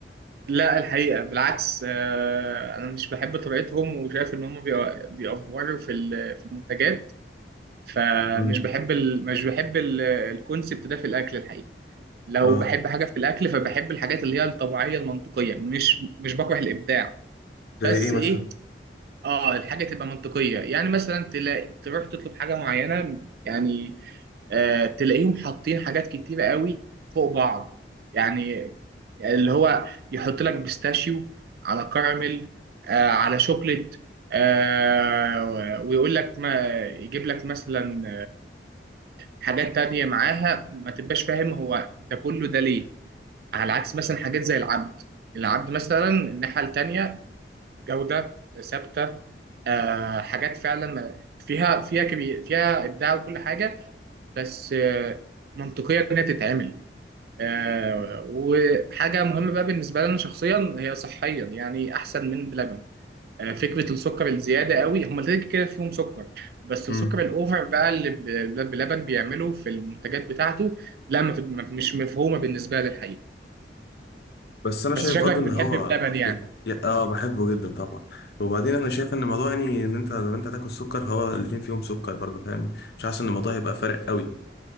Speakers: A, on the right (about 60°); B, on the left (about 60°).
A: لا الحقيقة بالعكس آه، أنا مش بحب طريقتهم وشايف إن هم بيأ- بيأفوروا في ال- في المنتجات فمش
B: امم
A: بحب ال... مش بحب ال... الكونسبت ده في الاكل الحقيقي لو
B: اه
A: بحب حاجه في الاكل فبحب الحاجات اللي هي الطبيعيه المنطقيه مش مش بكره الابداع
B: زي
A: بس
B: ايه مثلا
A: ايه اه الحاجه تبقى منطقيه يعني مثلا تلاقي تروح تطلب حاجه معينه يعني آه تلاقيهم حاطين حاجات كتيره قوي فوق بعض يعني اللي هو يحط لك بيستاشيو على كراميل آه على شوكليت آه ويقول لك ما يجيب لك مثلا حاجات تانية معاها ما تبقاش فاهم هو ده كله ده ليه على عكس مثلا حاجات زي العبد العبد مثلا الناحية التانية جودة ثابتة آه حاجات فعلا فيها فيها كبير فيها إبداع وكل حاجة بس آه منطقية إنها تتعمل آه وحاجة مهمة بقى بالنسبة لنا شخصيا هي صحيا يعني أحسن من بلبن آه، فكره السكر الزياده قوي هم كده كده فيهم سكر بس
B: امم
A: السكر الاوفر بقى اللي ب- الولاد بلبن بيعمله في المنتجات بتاعته لا ما تب- ما- مش مفهومه بالنسبه لي الحقيقه
B: بس انا شايف
A: بس شكلك
B: برضو ان
A: بتحب
B: هو
A: بلبن يعني
B: ي- ي- اه بحبه جدا طبعا وبعدين انا شايف ان الموضوع يعني ان انت لما انت هتاكل سكر هو الاتنين فيهم سكر برضو فاهم مش حاسس ان الموضوع هيبقى فارق قوي